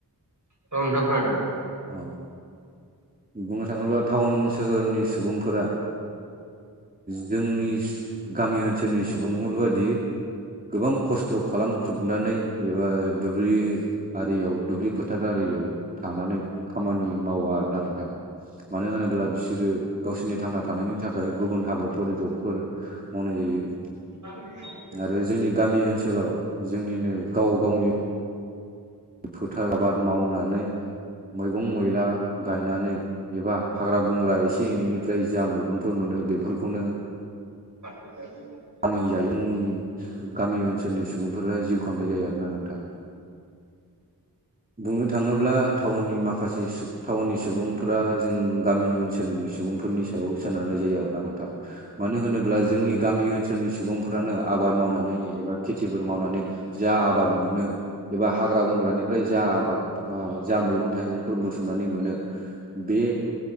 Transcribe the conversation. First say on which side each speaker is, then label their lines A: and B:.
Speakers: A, on the right; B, on the right.
A: औ नोंथां खोनादों।
B: औ। बुंनो थाङोब्ला टाउन सोहोरनि सुबुंफोरा जोंनि। गामि ओनसोलनि सुबुंफोर बादि। गोबां खस्थ' खालाम ख्रुबनानै एबा दुब्लि। आरियाव दुब्लि फोथार आरियाव थानानै खामानि मावा आरोना। थां मानो होनोब्ला बिसोरो गावसोरनि थांना थानायनि थाखाय गुबुन हाबाफोर जबफोर। मावनाय जायो।
A: <unintelligible>
B: आरो जोंनि गामि ओनसोलाव जोंनिनो गाव गावनि। फोथार आबाद मावनानै मैगं मैला गायनानै। एबा हाग्रा बंग्रा एसे एनैनिफ्राय जा मैगंफोर मोनो बेफोरखौनो।
A: <unintelligible>
B: फानि जायिमुंनि गामि ओनसोलनि सुबुंफोरा जिउ खांनाय जायो आरोना नोंथां।
A: <unintelligible>
B: बुंनो थाङोब्लाउननि माखासे टाउननि सुबुंफ्रा जों गामि ओनसोलनि सुबुं फोरनि सायाव सोनारनाय जायो आरोना नोंथां मानो होनोब्ला जोंनि गामि ओनसोल लनि सुबुंफ्रानो आबाद मावनानै एबा खेथिफोर मावनानै जा आबाद मोनो एबा हाग्रा बंग्रानिफ्राय जा आबाद जा मैगं थाइगंफोर बुथुमनानै मोनो। बे